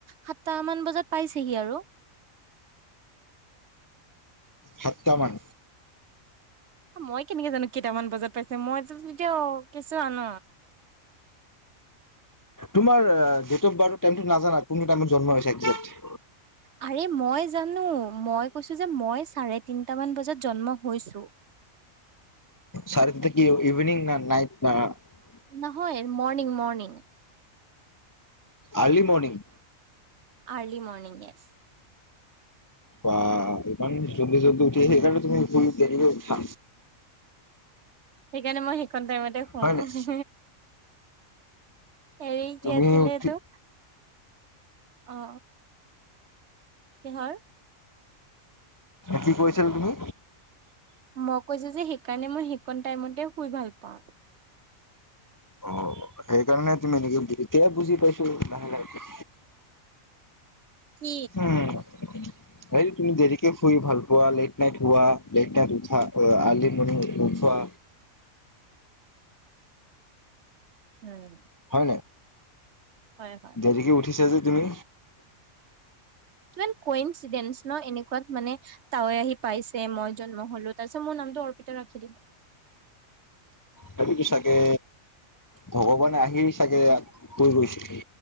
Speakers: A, on the right; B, on the left.
A: সাতটা মান বজাত পাইছেহি আৰু।
B: সাতটামান
A: মই কেনেকে জানো কেইটামান বজাত পাইছে, মইতো তেতিয়া কেঁচুৱা ন?
B: তোমাৰ ডেট অফ বাৰ্থটো টাইমটো নাজানা কোনটো টাইমত জন্ম হৈছা একজেক্ট
A: হাতত ৰে মই জানো, আৰু মই কৈছো যে মই চাৰে তিনটা মান বজাত জন্ম হৈছো।
B: চাৰে তিনটা কি ইভিনিং না নাইট <unintelligible>
A: নহয়, morning morning.
B: Early morning.
A: Early morning yes.
B: বাহ্ ইমান জল্দি জল্দি উঠি সেইকাৰণে তুমি শুই দেৰিকে উঠা।
A: সেইকাৰণে মই সেইকন টাইমতে শু
B: হয় নাই
A: <unintelligible> হেৰি
B: তুমি
A: কি আছিলে
B: উঠি
A: এটো? অ' কিহৰ?
B: কি কৈছিল তুমি?
A: মই কৈছো যে সেইকাৰণে মই শি কন টাইমতে শুই ভাল পাওঁ।
B: অ সেইকাৰণে তুমি এনেকে দেৰিকে বুজি পাইছো লাহে, লাহে,
A: কি
B: উম। ‌‌হেই তুমি দেৰিকে শুই ভাল পোৱা লেট নাইট শুৱা লেট নাইট উঠা, আৰ্লি মৰ্ণিং নুউঠোৱা।
A: উম।
B: হয় নাই?
A: হয় হয়
B: দেৰিকে উঠিছা যে। তুমি
A: কিমান ক ইচিডেনচ্ ন এনেকুৱাত মানে তাৱৈ আহি পাইছে মই জন্ম হলো তাৰ পিছত মোৰ নামটো অৰ্পিতা ৰাখি দিল
B: তাপিতো চাগে ভগৱানে আহি চাগে কৈ গৈছিল।